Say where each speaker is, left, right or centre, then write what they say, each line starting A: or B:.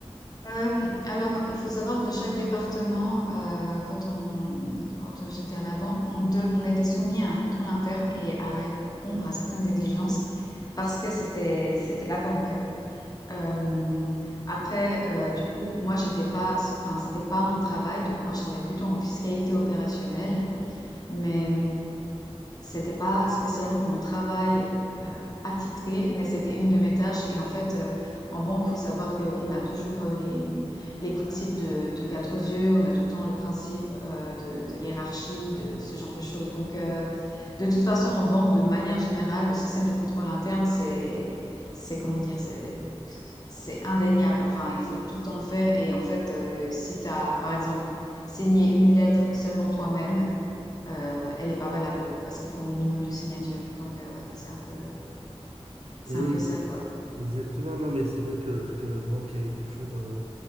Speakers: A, on the left; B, on the right.
A: Euh, alors, il faut savoir que chaque département, euh, quand on, quand j'étais à la banque, on, de- on était soumis à un contrôle interne et à répondre à certaines exigences parce que c'était, c'était la banque. Euh, après, euh, du coup, moi, j'étais pas, enfin, c'était pas mon travail, donc moi, je travaillais plutôt en fiscalité opérationnelle, mais c'était pas spécialement mon travail euh, attitré, mais c'était une de mes tâches. Et en fait, euh, en banque, faut savoir qu'on a toujours euh, les, les principes de, de quatre yeux, on a tout le temps le principe euh, de, de hiérarchie, de ce genre de choses. Donc, euh, de toute façon, en banque, de manière générale, le système de contrôle interne, c'est, c'est comment dire, c'est, c'est indéniable. Enfin, il faut tout le temps le faire. Et en fait, euh, si tu as, par exemple, signé une lettre seulement toi-même, euh, elle n'est pas valable parce qu'il faut au minimum de signatures. Donc, euh, ouais, c'est un peu, c'est
B: Et oui,
A: un peu ça, quoi.
B: exactement. Non, mais c'est vrai que, que la banque, elle est toujours, euh,